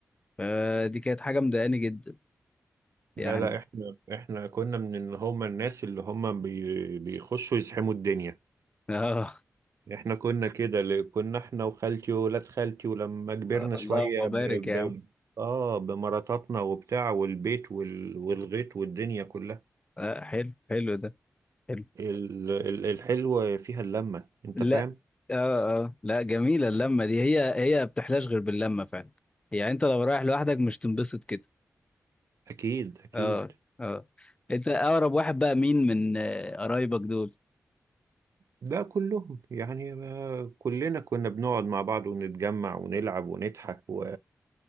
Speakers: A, on the left (about 20°); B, on the right (about 80°).
A: فدي كانت حاجه مضايقاني جدا
B: لا
A: يعني
B: لا احنا احنا كنا من اللي هم الناس اللي هم بي... بيخشوا يزحموا الدنيا
A: اه
B: احنا كنا كده اللي كنا احنا وخالتي وولاد خالتي ولما كبرنا
A: <laughs>
B: شوية
A: اللهم بارك
B: ب...
A: يا
B: ب...
A: عم
B: اه بمراتاتنا وبتاع والبيت وال... والغيط والدنيا كلها
A: آه، حلو حلو ده حلو
B: ال... ال... الحلوة فيها اللمة انت
A: لا
B: فاهم
A: اه اه لا جميلة اللمة دي هي هي ما بتحلاش غير باللمة فعلا يعني انت لو رايح لوحدك مش تنبسط كده
B: اكيد اكيد
A: اه اه انت اقرب واحد بقى مين من آه، قرايبك دول
B: ده كلهم يعني ما كلنا كنا بنقعد مع بعض ونتجمع ونلعب ونضحك و...